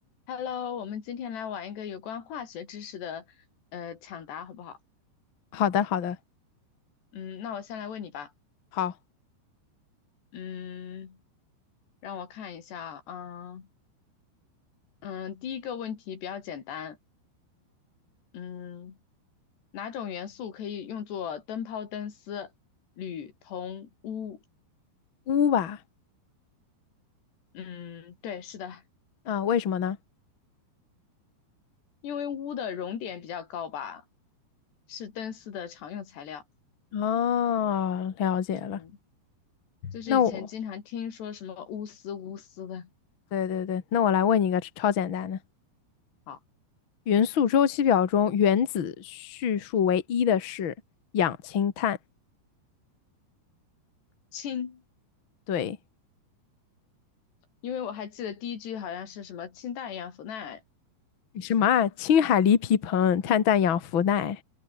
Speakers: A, on the left; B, on the left.
A: Hello，我们今天来玩一个有关化学知识的呃抢答，好不好？
B: 好的，好的，
A: 嗯，那我先来问你吧。
B: 好，
A: 嗯，让我看一下啊。嗯嗯，第一个问题比较简单。嗯，哪种元素可以用作灯泡、灯丝、铝、铜、钨？
B: 乌吧，
A: 嗯，对，是的，
B: 啊，为什么呢？
A: 因为钨的熔点比较高吧，是灯丝的常用材料。
B: 哦，了解了。
A: 嗯，就是以前经常听说什么钨丝、
B: 那我，
A: 钨丝的。
B: 对对对，那我来问你一个超简单的：
A: 好，
B: 元素周期表中原子序数为一的是氧氢碳。
A: 氢。
B: 对，
A: 因为我还记得第一句好像是什么“氢氮氧氟钠，
B: 什么啊？氢氦锂铍硼碳氮氧氟氖。